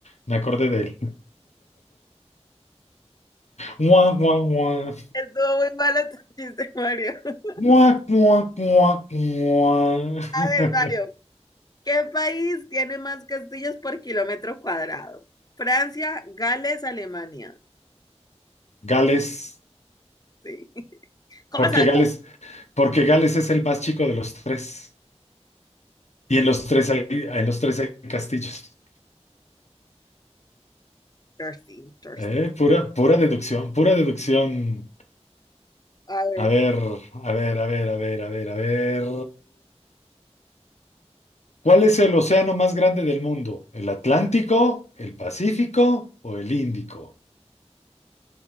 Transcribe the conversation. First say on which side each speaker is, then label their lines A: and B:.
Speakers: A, on the left (about 75°); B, on the left (about 35°).
A: me acordé de él. Mua, mua, mua.
B: Estuvo muy malo tu chiste, Mario. <laughs>
A: Mua, mua, mua, mua.
B: A
A: <laughs>
B: ver, Mario, ¿qué país tiene más castillos por kilómetro cuadrado? Francia, Gales, Alemania.
A: Gales,
B: Sí. <laughs> ¿Cómo
A: porque
B: sabía?
A: Gales, porque Gales es el más chico de los tres. Y en los tres hay, en los tres hay castillos.
B: Thirsty, thirsty.
A: Eh, pura, pura deducción, pura deducción.
B: A ver,
A: A ver, a ver, a ver, a ver, a ver, a ver. ¿Cuál es el océano más grande del mundo? ¿El Atlántico, el Pacífico o el Índico?